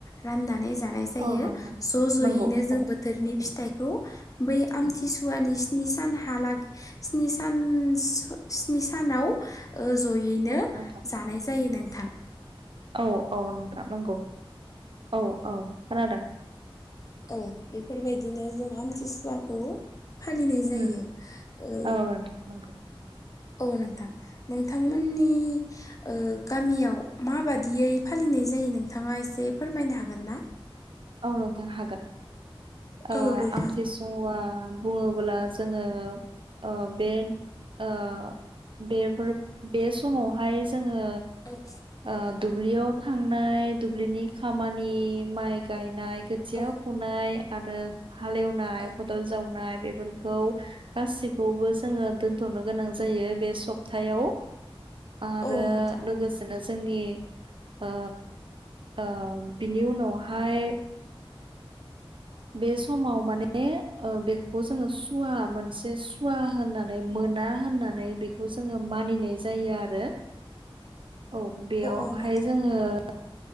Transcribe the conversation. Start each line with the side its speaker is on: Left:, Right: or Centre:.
Left: राननानै जानाय जायो
Right: औ नोंथां
Left: ज' ज'यैनो
Right: नंगौ
Left: जों
Right: औ
Left: बोथोरनि फिथाइखौ बै आमथिसुवानि स्नि सान हाला स्नि सान स्नि सानाव ओ जयैनो
Right: औ नोंथां
Left: जानाय जायो नोंथां।
Right: औ औ नोंथां नंगौ औ औ खोनादों।
Left: औ बेफोरबायदिनो जों आमथिसुवाखौ फालिनाय जायो
Right: उम
Left: ओ
Right: औ नोंथां नंगौ।
Left: औ नोंथां नोंथांमोननि ओ गामियाव माबादियै फालिनाय जायो नोंथाङा एसे फोरमायनो हागोन ना?
Right: औ नोंथां हागोन ओ
Left: औ नोंथां
Right: आमथि मुवा बुङोब्ला जोङो ओ बे ओ बेफोर बे समावहाय जोङो
Left: औ
Right: ओ दुब्लियाव थांनाय, दुब्लिनि खामानि, माइ गायनाय खुथिया
Left: औ
Right: फुनाय आरो हालेवनाय
Left: औ
Right: खदाल जावनाय बेफोरखौ गाससिखौबो जोङो दोनथ'नो गोनां जायो बे सप्थायाव। आरो
Left: औ नोंथां
Right: लोगोसे नो जोंनि ओ ओ बिनि उनावहाय बे समाव माने ओ बेखौ जोङो सुवा मोनसे सुवा होनना नै मोना होननानै बेखौ जोङो मानिनाय जायो आरो। औ बेयावहाय
Left: औ नोंथां
Right: जोङो